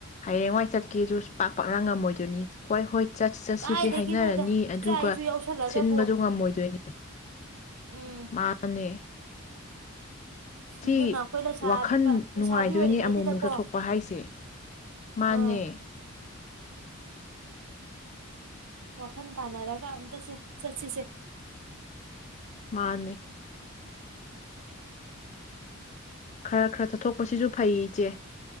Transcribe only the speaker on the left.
ꯍꯌꯦꯡꯋꯥꯏ ꯆꯠꯀꯦꯁꯨ ꯄꯥꯛ ꯄꯥꯛꯅ ꯉꯝꯃꯣꯏꯗꯣꯏꯅꯤ ꯍꯣꯏ ꯍꯣꯏ ꯆꯠꯁꯤ ꯆꯠꯁꯤꯗꯤ
ꯍꯥꯏꯅꯔꯅꯤ ꯑꯗꯨꯒ
ꯁꯤꯟꯕꯗꯣ ꯉꯝꯃꯣꯏꯗꯣꯏꯅꯦ
ꯃꯥꯅꯦ ꯁꯤ
ꯋꯥꯈꯜ
ꯅꯨꯡꯉꯥꯏꯗꯣꯏꯅꯦ
ꯑꯃꯨꯛ ꯑꯃꯨꯛ ꯆꯠꯊꯣꯛꯄ ꯍꯥꯏꯁꯦ ꯃꯥꯅꯦ
ꯃꯥꯅꯦ ꯈꯔ ꯈꯔ ꯆꯠꯊꯣꯛꯄꯁꯤꯁꯨ ꯐꯩ ꯏꯆꯦ